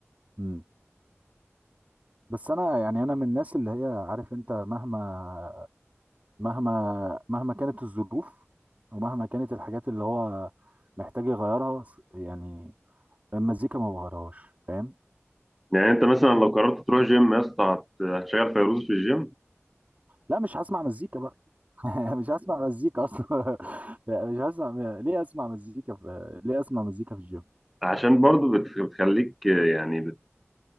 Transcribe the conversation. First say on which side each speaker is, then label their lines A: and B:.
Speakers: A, on the right (about 35°); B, in the centre.
A: مم. بس انا يعني انا من الناس اللي هي عارف انت مهما مهما مهما كانت الظروف ومهما كانت الحاجات اللي هو محتاج يغيرها س- يعني المزيكا ما بغيرهاش فاهم
B: يعني انت مثلا لو قررت تروح جيم يا اسطى هت- هتشغل فيروز في الجيم
A: لا مش هسمع مزيكا بقى <laughs> مش هسمع مزيكا اصلا <laughs> مش هسمع ليه اسمع مزيكا في... ليه اسمع مزيكا في الجيم
B: عشان برضو بت- بتخليك آه، يعني بت